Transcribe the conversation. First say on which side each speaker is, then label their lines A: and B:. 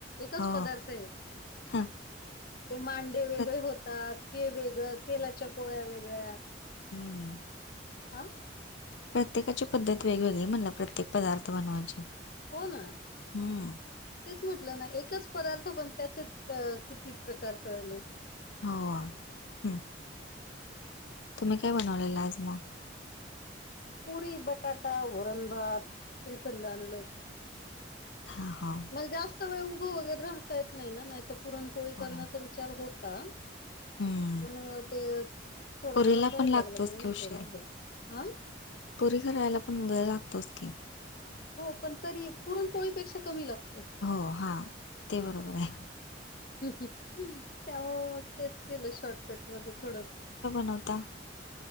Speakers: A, on the left; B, on the left.
A: एकच
B: हो,
A: पदार्थ ये.
B: हां.
A: ते मांडे वेगळे
B: प्र
A: होतात. ते वेगळं तेलाच्या पोळ्या वेगळ्या.
B: हम.
A: आ.
B: प्रत्येकाची पद्धत वेगवेगळी आहे. म्हणलं प्रत्येक पदार्थ बनवायची.
A: होय.
B: हम्म.
A: तेच म्हटलं ना एकच पदार्थ पण, त्याचे किती प्रकार कळले.
B: हो हं. तुम्ही काय बनवलेला आज मग.
A: पुरी बटाटा वरण भात श्रीखंड आणलं होतं.
B: हा हा.
A: जास्त वेळ उभं वगैरे राहता येत नाही ना. नाही तर पुरणपोळी
B: होय.
A: करण्याचा विचार होता.
B: हं.
A: पण ते थोडा
B: पुरीला
A: त्रास व्हायला
B: पण लागतोच
A: लागला मग
B: की
A: म्हणलं
B: उशीर.
A: राहू दे आ?
B: पुरी करायला पण वेळ लागतोच की?
A: हो पण तरी पुरणपोळीपेक्षा कमी लागतो.
B: हो हां ते बरोबर हाय.
A: ह ह त्यामुळे म तेच केलं शॉर्टकट मध्ये थोडसं.
B: नवता <unintelligible>